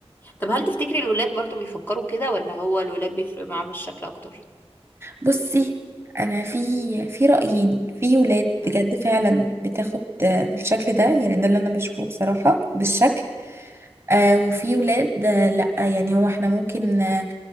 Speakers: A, on the left; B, on the right.
A: طب هل تفتكري الولاد برضو بيفكروا كده ولا هو الولاد بيفرق معاهم الشكل أكتر؟
B: بصي انا في في رايين في ولاد
A: مم.
B: بجد فعلا بتاخد آه، بالشكل ده يعني ده اللي انا بشوفه بصراحه بالشكل آه وفي ولاد آه لا يعني هو احنا ممكن آه